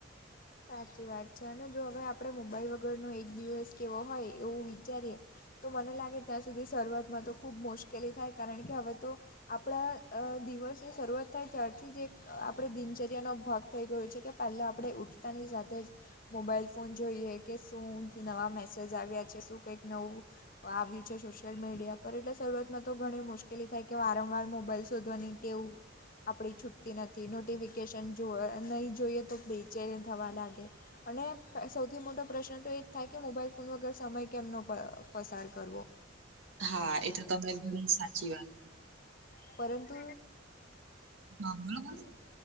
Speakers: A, on the left (about 45°); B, on the right (about 80°).
A: સાચી વાત છે અને જો હવે આપણે મોબાઈલ વગરનો એક દિવસ કેવો હોય એવું વિચારીએ તો મને લાગે ત્યાં સુધી શરૂઆતમાં તો ખૂબ મુશ્કેલી થાય કારણ કે હવે તો આપણા અ દિવસની શરૂઆત થાય ત્યારથી જ એક આપણે દિનચર્યાનો ભક્ત થઈ ગયું છે કે પહેલાં આપણે ઉઠતાની સાથે જ મોબાઈલ ફોન જોઈએ કે શું નવા મેસેજ આવ્યા છે શું કંઈક નવું આવી છે સોશિયલ મીડિયા પર એટલે શરૂઆતમાં તો ઘણી મુશ્કેલી થાય કે વારંવાર મોબાઈલ શોધવાની ટેઉ આપણી છૂટતી નથી નોટિફિકેશન જો નહીં જોઈએ તો બે ચે થવા લાગે. અને સૌથી મોટો પ્રશ્ન તો એ જ થાય કે મોબાઈલ ફોન વગર સમય કેમનો પ પસાર કરવો.
B: હા એ તો તમે ઘણી સાચી વાત.
A: પરંતુ
B: હા બલોબર.